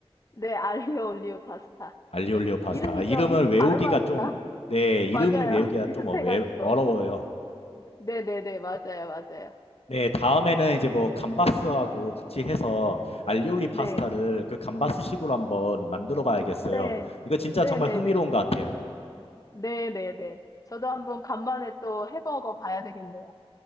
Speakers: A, on the left; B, on the left.
A: 네, 알리오 올리오 파스타.
B: 알리올리오 파스타.
A: 이름이
B: 아, 이름을
A: 좀
B: 외우기가
A: <laughs> 발음하기가
B: 좀 네, 이름
A: 맞아요.
B: 외우기가
A: 비슷해가지고.
B: 좀 어- 외- 어려워요.
A: 네네네, 맞아요, 맞아요.
B: 네, 다음에는 이제 뭐 감바스하고 같이 해서 알리올리 파스타를
A: 네,
B: 그 감바스식으로 한번 만들어 봐야겠어요.
A: 네,
B: 이거 진짜
A: 네네네,
B: 정말 흥미로운 것 같아요.
A: 네네네. 저도 한번 간만에 또 해먹어 봐야 되겠네요.